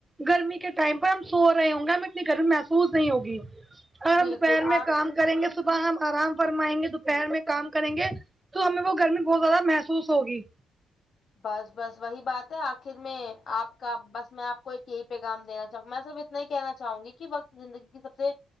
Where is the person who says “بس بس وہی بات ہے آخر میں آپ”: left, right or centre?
Left